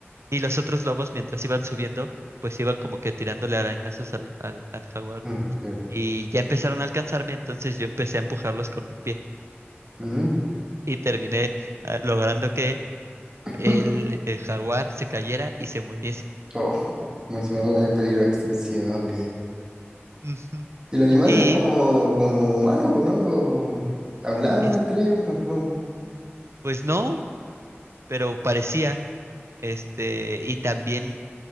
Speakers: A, on the right; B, on the right.
A: y los otros lobos mientras iban subiendo, pues iban como que tirándole arañazos al, al, al jaguar,
B: Mm,
A: ¿no?
B: claro.
A: Y ya empezaron a alcanzarme, entonces yo empecé a empujarlos con el pie
B: ¿Mm? <laughs>
A: y terminé ah, logrando que el,
B: ¿Mm?
A: el jaguar se cayera y se muriese.
B: Oh, como se me va a dar en peligro de extinción,
A: Ujú.
B: ¿Y los animales
A: Y
B: eran como, como humanos o no? ¿O ¿Hablaban
A: es-
B: entre ellos? ¿O cómo?
A: pues no, pero parecía, este, y también